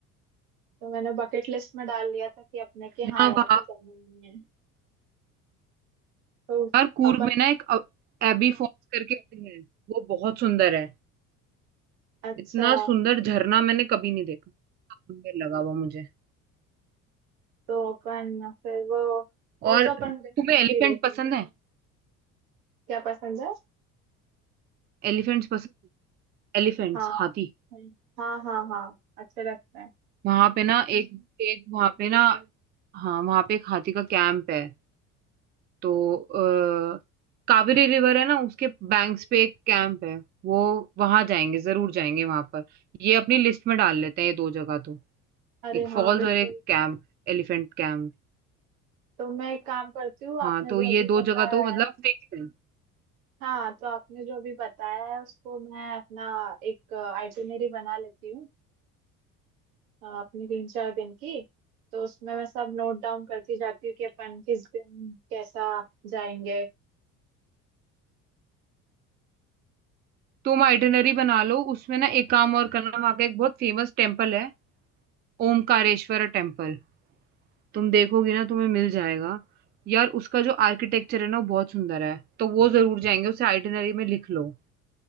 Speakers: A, on the right; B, on the right.
A: तो मैंने बकेट लिस्ट में डाल लिया था कि अपने कि
B: यहाँ
A: हाँ यहाँ
B: वहाँ
A: तो जाना ही है तो
B: हर कूर्ग
A: अपन
B: में ना एक एबी फॉल्स करके है वो बहुत सुंदर है
A: अच्छा
B: इतना सुंदर झरना मैंने कभी नहीं देखा सुंदर लगा वो मुझे
A: तो अपन फिर वो वो
B: और
A: तो अपन
B: तुम्हें
A: डेफिनेटली
B: एलिफेंट
A: देखेंगे
B: पसंद है
A: क्या पसंद है
B: एलिफेंट्स पसंद एलिफेंट्स
A: हाँ
B: हाथी
A: हम्म, हाँ हाँ हाँ अच्छे लगते हैं
B: वहां पे ना एक एक वहां पे ना हाँ वहां पे एक हाथी का कैंप है तो अ, कावेरी रिवर है ना उसके बैंक्स पे एक कैंप है वो वहां जाएंगे जरूर जाएंगे वहां पर ये अपनी लिस्ट में डाल लेते हैं ये दो जगह तो
A: अरे
B: एक फॉल्स
A: हाँ बिल्कुल
B: और एक कैंप एलिफेंट कैंप
A: तो मैं एक काम करती हूँ
B: हाँ
A: आपने
B: तो
A: जो
B: ये
A: अभी
B: दो
A: बताया
B: जगह तो मतलब
A: है
B: फिक्स है
A: हाँ तो आपने जो अभी बताया है उसको मैं अपना एक आइटिनरी बना लेती हूँ अ, अपनी तीन चार दिन की तो उसमें मैं सब नोट डाउन करती जाती हूँ कि अपन किस दिन कैसा जाएंगे
B: तुम आइटिनरी बना लो उसमें ना एक काम और करना वहां का एक बहुत फेमस टेम्पल है ओमकारेश्वर टेम्पल तुम देखोगी ना तुम्हें मिल जाएगा यार उसका जो आर्किटेक्चर है ना वो बहुत सुंदर है तो वो जरूर जाएंगे उसे आइटिनरी में लिख लो